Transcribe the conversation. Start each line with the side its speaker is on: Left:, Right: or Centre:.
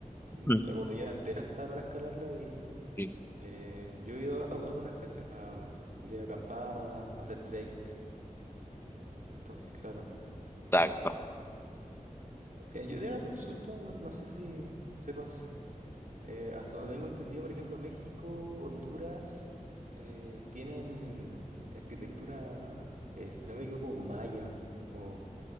Right: la
Left: Mm.
Right: cordillera entera está para escalarla y
Left: Sí,
Right: eh, yo he ido a- algunas veces a, de acampada, a hacer trekking. Entonces, claro.
Left: Exacto.
Right: Eh, yo tenía una consulta, no sé si sepas. Eh, hasta donde tengo entendido, por ejemplo, México, Honduras, eh, tienen arquitectura, eh, si no me equivoco, maya o